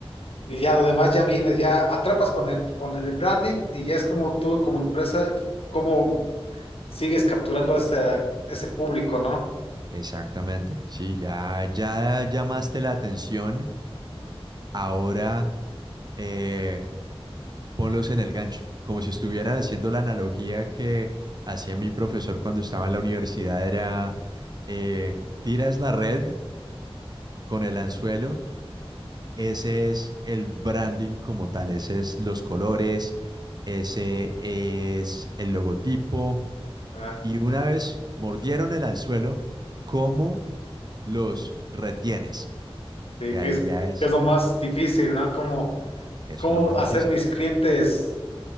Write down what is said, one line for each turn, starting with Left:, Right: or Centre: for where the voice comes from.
Left: Y ya lo demás ya viene, ya atrapas con el, con el branding y ya es como tú, como empresa, como sigues capturando ese, ese público, ¿no?
Right: Exactamente, sí, ya, ya llamaste la atención. Ahora, eh, Ponlos en el gancho, como si estuvieran haciendo la analogía que hacía mi profesor cuando estaba en la universidad, era eh, tiras la red con el anzuelo, ese es el branding como tal, ese es los colores, ese es el logotipo,
Left: Ah,
Right: y una vez mordieron el anzuelo, ¿cómo los retienes?
Left: sí,
Right: Y
Left: que
Right: ahí
Left: es,
Right: ya es,
Left: que es lo más difícil, ¿no? Como,
Right: eso
Left: cómo
Right: es lo más
Left: hacer
Right: difícil.
Left: mis clientes